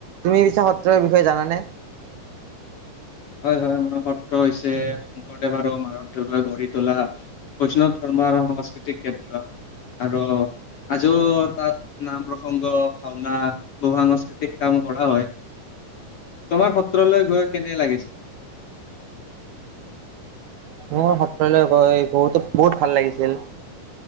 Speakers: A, on the right; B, on the left.
A: তুমি পিছে সত্ৰৰ বিষয়ে জানানে?
B: হয় -হয় মোৰ সত্ৰ হৈছে শংকৰদেৱ আৰু মাধৱদেৱে গঢ়ি তোলা। বৈষ্ণৱ ধৰ্ম আৰু সাংস্কৃতিক কেন্দ্ৰ আৰু আজিও তাত নাম প্ৰসংগ ভাওনা। বহু সাংস্কৃতিক কাম কৰা হয় তোমাৰ সত্ৰলৈ গৈ কেনে লাগিছে?
A: মোৰ সত্ৰলৈ গৈ বহুতো -বহুত ভাল লাগিছিল।